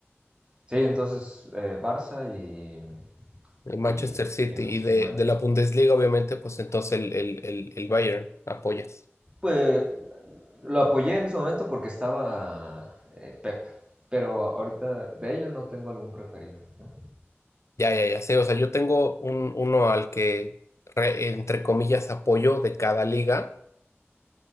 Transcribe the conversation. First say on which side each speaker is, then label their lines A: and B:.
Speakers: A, on the right (about 20°); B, on the left (about 80°).
A: Sí, entonces eh, Barça y
B: el Manchester
A: Y,
B: City
A: y
B: y de,
A: y Manch-
B: de la Bundesliga, obviamente, pues entonces el, el, el, el Bayern apoyas.
A: Pues lo apoyé en su momento porque estaba eh, Pep, pero ahorita de ellos no tengo algún preferido, ¿no?
B: Ya, ya, ya sé. O sea, yo tengo un, uno al que, re- entre comillas, apoyo de cada liga,